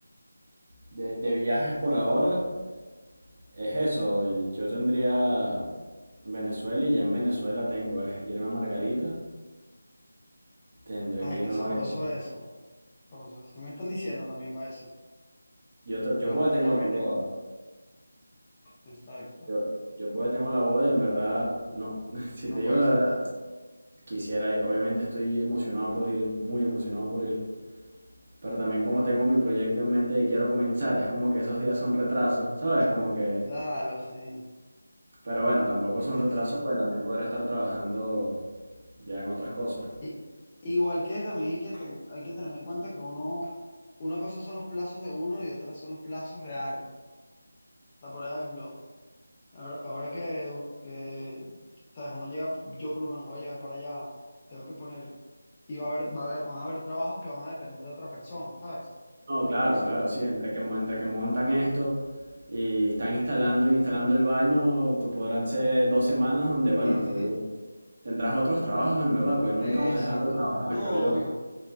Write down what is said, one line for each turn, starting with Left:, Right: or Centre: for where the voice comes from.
Right: de, de viajes por ahora es eso. Yo tendría Venezuela y ya en Venezuela tengo, es irme a Margarita Tendré
Left: Ay,
Right: que
Left: qué
Right: irme
Left: sabroso
Right: a Margarita.
Left: eso. sabroso eso. Me están diciendo también para eso.
Right: Yo, te-
Left: Pero
Right: yo porque
Left: bueno,
Right: tengo
Left: ya
Right: la
Left: <laughs> veremos.
Right: boda.
Left: Exacto.
Right: Yo, yo porque tengo la boda y en verdad, no, <laughs> si
Left: No
Right: te digo
Left: puede
Right: la
Left: faltar.
Right: verdad, quisiera ir. Obviamente estoy emocionado por ir, muy emocionado por ir. Pero también como tengo mi proyecto en mente y quiero comenzar, es como que esos días son retrasos, ¿sabes? Como que...
Left: Claro, sí.
Right: Pero bueno, tampoco
Left: Sí,
Right: son
Left: sí,
Right: retrasos
Left: sí.
Right: porque también podré estar trabajando ya en otras cosas.
Left: Y, igual que también hay que, ten- hay que tener en cuenta que uno, una cosa son los plazos de uno y otra son los plazos reales. O sea, por ejemplo, Ahora, ahora que, que, sabes, uno llega, yo por lo menos voy a llegar para allá, tengo que poner, y va a haber, va a haber- van a haber trabajos que van a depender de otra persona, ¿sabes?
Right: No, claro,
Left: Entonces,
Right: claro,
Left: como,
Right: sí, entre que, mo- entre que montan esto y están instalando, instalando el baño, tú podrán ser dos semanas donde, bueno,
Left: ujú,
Right: tú tendrás otros trabajos en verdad, pues nunca
Left: exacto.
Right: vas a dejar de trabajar,
Left: No,
Right: creo yo.
Left: obvio,